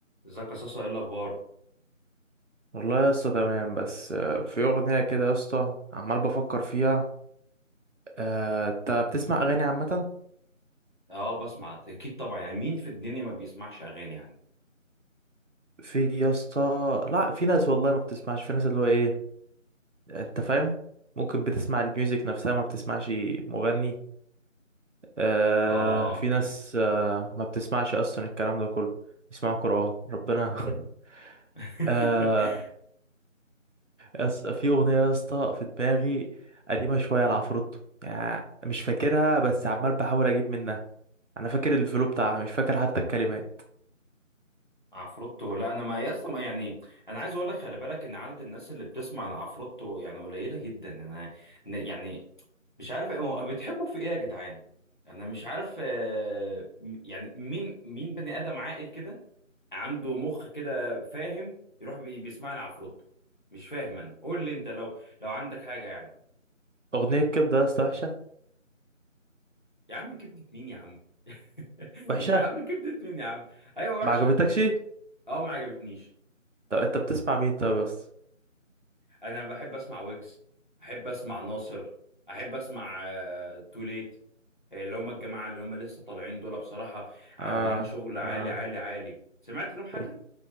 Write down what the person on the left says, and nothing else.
ازيك يا صاصا ايه الاخبار
اه بسمع اكيد طبعا يعني مين في الدنيا ما بيسمعش اغاني يعني
اه
<laughs>
عفروتو لا انا ما يسطا ما يعني انا عايز اقول لك خلي بالك ان عدد الناس اللي بتسمع لعفروتو يعني قليله جدا انا ن- يعني مش عارف ايه، هو بتحبوا في ايه يا جدعان انا مش عارف آه، م- يعني مين مين بني ادم عاقل كده عنده مخ كده فاهم يروح بي- بيسمع لعفروتو مش فاهم انا قول لي انت لو لو عندك حاجه يعني
يا عم كبدة مين يا عم <laughs>
يا عم كبدة مين يا عم ايوه وحشة
اه ما عجبتنيش
انا بحب اسمع ويجز احب اسمع ناصر احب اسمع آه، توليت اللي هم الجماعة اللي هم لسه طالعين دول بصراحة عاملين
شغل عالي
عالي عالي سمعت لهم حاجة